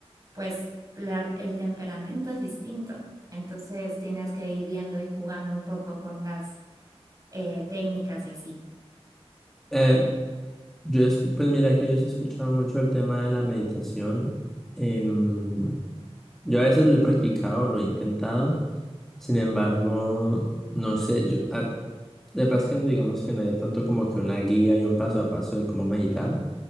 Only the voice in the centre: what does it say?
Eh, Yo, escu- pues mira que yo sí he escuchado mucho el tema de la meditación. Em, yo a veces lo he practicado, lo he intentado. Sin embargo, no sé, yo, ah, de paz que digamos que no hay de pronto como que una guía y un paso a paso de cómo meditar.